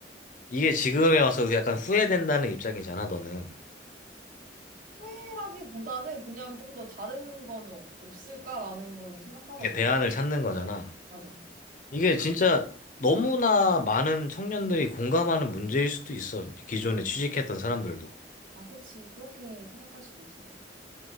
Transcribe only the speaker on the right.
후회라기보다는 그냥 좀 더 다른 거는 없- 없을까라는 거를 생각하고
있는.
맞아.
아, 그치. 그렇게 생각할 수도 있을 것 같아.